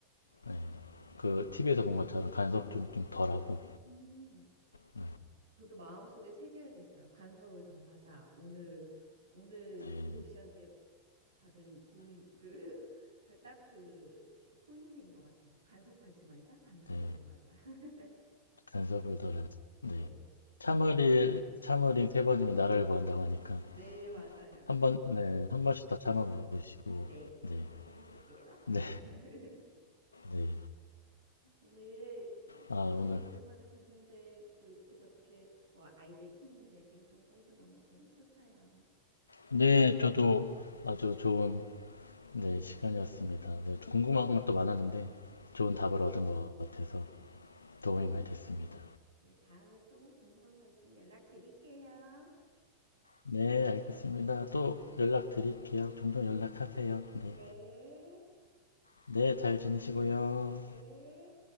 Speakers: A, on the left; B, on the right.
A: 네. 그 TV에서 본 것처럼 간섭 좀 좀 덜하고
B: 음,
A: 네.
B: 저도 마음속에 새겨야겠어요. 간섭을 덜하자. 오늘 오늘
A: 네,
B: 재욱 씨한테 받은 도움인 그, <laughs> 그 딱 그 포인트인 것 같아요. 간섭하지 말자, 간섭을
A: 네.
B: 덜하자. <laughs>
A: 간섭을 덜하지. 네.
B: 네,
A: 참을일 참으인세 번이면 나라를 구한다고 하니까
B: 네, 맞아요.
A: 한 번, 네, 한 번씩 더 참아보시고
B: 네,
A: 네,
B: 그렇게 해볼게요.
A: 네,
B: <laughs>
A: 네.
B: 오늘 어,
A: 아
B: 아유,
A: 오늘
B: 오랜만에 뵀는데 또 이렇게 저렇게 뭐 아이들 키우는 얘기 이런 거 해서 너무 재밌었어요.
A: 네, 저도 아주 좋은 네, 시간이었습니다. 네, 궁금한 것도 많았는데 좋은 답을 얻은 것 같아서 도움이 많이 됐습니다.
B: 예, 다음에 또 궁금한 거 있으면 연락드릴게요.
A: 네, 알겠습니다. 또 연락드릴게요. 종종 연락하세요. 네,
B: 네,
A: 네, 잘 지내시고요.
B: 네.